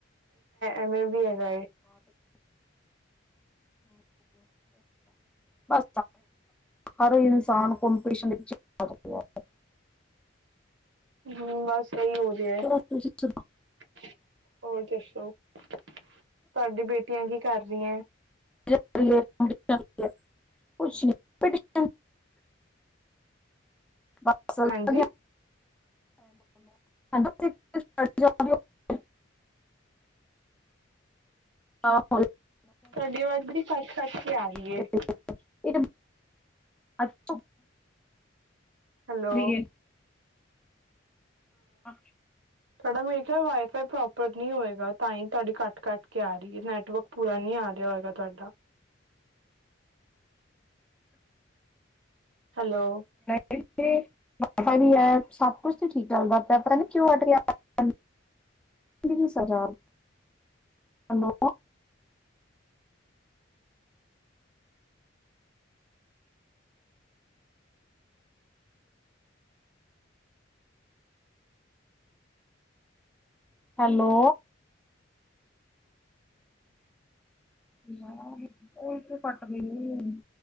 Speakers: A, on the right; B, in the centre.
A: ਇਵੇਂ ਵੀ ਹੈ ਏ
B: ਬ ਹਰ ਇਨਸਾਨ ਕਪੀਟਿਸ਼ਨ ਵਿਚ <unintelligible>
A: ਹੁੰ ਬਸ ਇਹੀ ਹੋ ਰਿਆ,
B: ਜਿਹੜਾ ਤੁਸੀਂ ਸੁਣੋ
A: ਹੋਰ ਦੱਸੋ ਤੁਹਾਡੀ ਬੇਟੀਆਂ ਕੀ ਕਰ ਰਹੀਆਂ
B: <unintelligible> ਕੁਛ ਨਹੀਂ ਬਸ <unintelligible>
A: ਹਾਂਜੀ
B: ਦੋ <unintelligible> <unintelligible> ਆਹੋ <unintelligible>
A: ਸਾਡੀ ਆਵਾਜ਼ ਬੜੀ ਕੱਟ -ਕੱਟ ਕੇ ਆ ਰਹੀ ਏ
B: ਤੇ ਇਹ ਅੱਛਾ
A: ਹੈਲੋ
B: ਕਰੀਏ ਹਾਂ,
A: ਤੁਹਾਡਾ ਮੇਰੇ ਖਿਆਲ ਵਾਈਫਾਈ ਪ੍ਰੋਪਰ ਨਹੀਂ ਹੋਏਗਾ, ਤਾਂ ਹੀ ਤੁਹਾਡੀ ਕੱਟ ਕੱਟ ਕੇ ਆ ਰਹੀ ਹੈ ਨੈਟਵਰਕ ਪੂਰਾ ਨਹੀਂ ਆ ਰਿਹਾ ਹੋਏਗਾ ਤੁਹਾਡਾ ਹੈਲੋ,
B: ਇਥੇ ਵਾਈ ਫਾਈ ਵੀ ਏ, ਸਭ ਕੁਛ ਤੇ ਠੀਕ ਚੱਲਦਾ ਪਿਆ ਪਤਾ ਨਹੀਓ ਕਿਉ ਕੱਟ-ਕੱਟ ਕੇ, ਹੈਲੋ ਹੈਲੋ, ਔ ਯਾਰ ਉਹੀ ਤੇ ਪੱਟਦੀ ਨਹੀਂ